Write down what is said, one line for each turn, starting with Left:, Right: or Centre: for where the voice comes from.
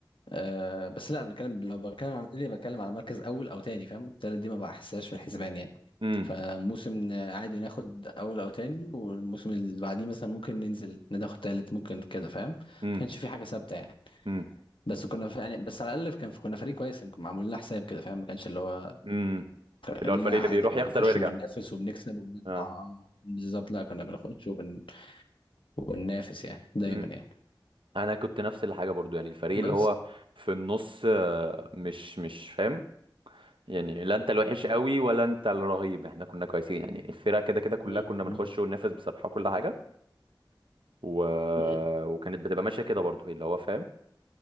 Left: أه بس لا بنتكلم لو بتكلم على ميدالية بتكلم على مركز اول او تاني فاهم التالت دي ما بحسهاش في الحسبان يعني
Right: امم
Left: فموسم عادي ناخد اول او تاني والموسم اللي بعديه مثلا ممكن ننزل ناخد تالت ممكن كده فاهم ما
Right: امم
Left: كانش في حاجه ثابته يعني
Right: امم
Left: بس كنا ف... يعني بس على الاقل كان في كنا فريق كويس كنا معمول لنا حساب كده فاهم ما كانش اللي هو
Right: امم اللي
Left: قلنا
Right: هو الفريق اللي
Left: عادي
Right: بيروح
Left: كنا
Right: يخسر
Left: بنخش
Right: ويرجع
Left: وبننافس وبنكسب وبنطلع
Right: اه
Left: آه، بالظبط لا كنا بنخش وبن... وبننافس يعني دايما
Right: امم
Left: يعني
Right: انا كنت نفس الحاجة برضو يعني الفريق
Left: بس
Right: اللي هو في النص آه، مش مش فاهم يعني لا انت الوحش قوي ولا انت الرهيب احنا كنا كويسين يعني الفرقة كده كده كلها
Left: مم.
Right: كنا بنخش وننافس بصراحة وكل حاجة و...
Left: مم.
Right: وكانت بتبقى ماشية كده برضو اللي هو فاهم